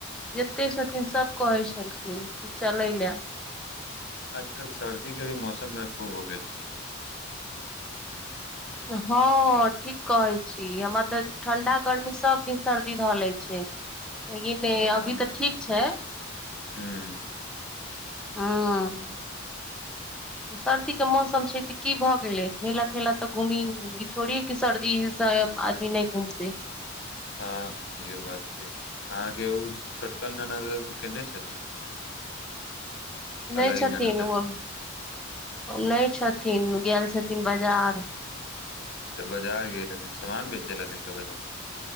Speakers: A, in the centre; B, on the left (about 55°).
A: जते छथिन सब कहैय छेलखिन कि चलै लए।
B: आजकल सर्दी के भी मौसम मे खुब हो गेल छैय।
A: हँ ठीक कहै छी हमरा तऽ ठंडा गर्मी सब दिन सर्दी धऽ लेैय छैय। एही मे
B: हँ
A: अभी तऽ ठीक छैय।
B: हुँ
A: हँ। सर्दी के मौसम छैय तऽ की भऽ गेलै मेला- ठेला तऽ घुमी इ थोड़ी कि सर्दीसँ आदमी नै घुमतेै।
B: हँ इहो बात छैय अहाँके ओ छोटका नाना केने छथिन।
A: नै
B: कलही
A: छथिन
B: ननद अहाँ
A: ओ नै छथिन गेल छथिन बाजार।
B: अच्छा बाजार गेल छथिन सामान बेचैय लए गेलखिन बाजार।